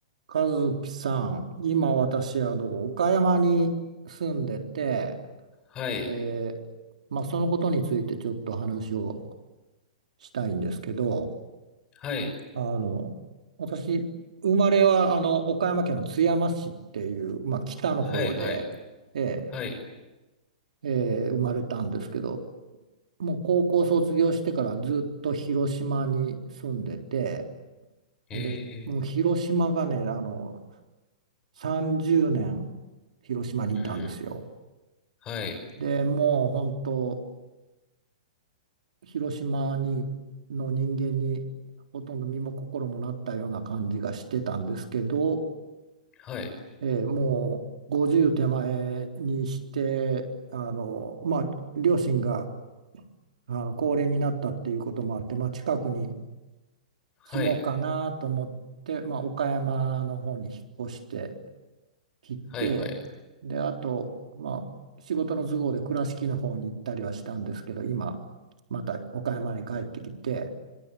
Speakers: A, on the right; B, on the left.
A: 和樹さん、今私、あの、岡山に住んでて、
B: はい、
A: で、まあ、そのことについてちょっと話をしたいんですけど、
B: はい、
A: あの、私、生まれは、あの、岡山県の津山市っていう、まあ、北の方で、
B: はい、はい、
A: ええ、
B: はい、
A: ええ生まれたんですけど、もう高校卒業してからずっと広島に住んでて、
B: え
A: で、もう広島がね、あの、30年広島にいたんですよ。
B: ー、うん、はい、
A: で、もう本当、広島にの人間にほとんど身も心もなったような感じがしてたんですけど、
B: はい、
A: えーもう50手前にして、あの、まあ、両親があの高齢になったっていうこともあって、まあ、近くに住もうかなと思って、
B: はい、
A: まあ、岡山の方に引っ越して、切って、
B: はい、はい、
A: で、あと、まあ、仕事の都合で倉敷の方に行ったりはしたんですけど、今、また岡山に帰ってきて、